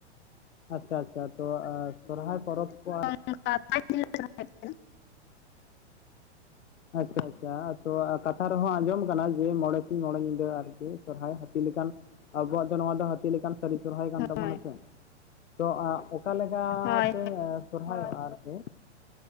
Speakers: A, on the left (about 80°); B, on the left (about 30°).
A: ᱟᱪᱪᱷᱟ ᱟᱪᱪᱷᱟ, ᱛᱚ ᱥᱚᱨᱦᱟᱭ ᱯᱚᱨᱚᱵᱽ ᱠᱚ ᱟᱨ
B: <unintelligible>
A: ᱟᱪᱪᱷᱟ ᱟᱪᱪᱷᱟ, ᱛᱚ ᱠᱟᱛᱷᱟ ᱨᱮᱸᱦᱚ ᱟᱸᱡᱚᱢ ᱠᱟᱱᱟ ᱡᱮ ᱢᱚᱸᱬᱮ ᱥᱤᱧ ᱢᱚᱸᱬᱮ ᱧᱤᱫᱟᱹ ᱟᱨᱠᱤ ᱥᱚᱨᱦᱟᱭ ᱦᱟᱹᱛᱤ ᱞᱮᱠᱟᱱ ᱟᱵᱚᱣᱟᱜ ᱫᱚ ᱱᱚᱣᱟ ᱫᱚ ᱦᱟᱹᱛᱤ ᱞᱮᱠᱟᱱ ᱥᱟᱹᱨᱤ ᱥᱚᱨᱚᱦᱟᱭ ᱠᱟᱱ ᱛᱟᱸᱵᱚᱱᱟ
B: ᱦᱳᱭ
A: ᱥᱮ᱾ ᱛᱚ ᱚᱠᱟᱞᱮᱠᱟ
B: ᱦᱳᱭ
A: ᱯᱮ ᱥᱚᱨᱚᱦᱟᱭᱚᱜ-ᱟ ᱟᱨᱠᱤ